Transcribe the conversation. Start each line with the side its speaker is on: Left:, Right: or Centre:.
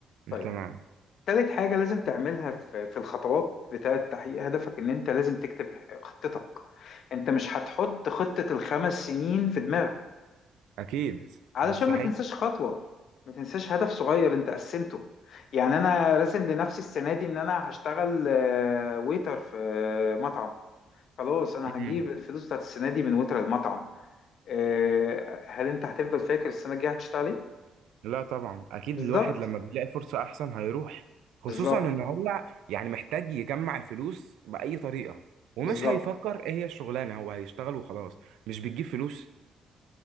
Left: طيب
Right: تمام
Left: تالت حاجة لازم تعملها في في الخطوات بتاعة تحقيق هدفك إن أنت لازم تكتب خطتك أنت مش هتحط خطة الخمس سنين في دماغك
Right: اكيد
Left: علشان
Right: مستحيل
Left: ما تنساش خطوة ما تنساش هدف صغير أنت قسمته يعني أنا راسم لنفسي السنة دي إن أنا هشتغل آه، ويتر في آه، مطعم خلاص أنا
Right: امم
Left: هجيب الفلوس بتاعت السنة دي من ويتر المطعم آه، هل أنت هتفضل فاكر السنة الجاية هتشتغل إيه؟
Right: لا طبعا اكيد
Left: بالظبط
Right: الواحد لما بيلاقي فرصة احسن هيروح خصوصا
Left: بالظبط
Right: ان هو يعني محتاج يجمع الفلوس بأي طريقة ومش
Left: بالظبط
Right: هيفكر ايه هي الشغلانة هو هيشتغل وخلاص مش بتجيب فلوس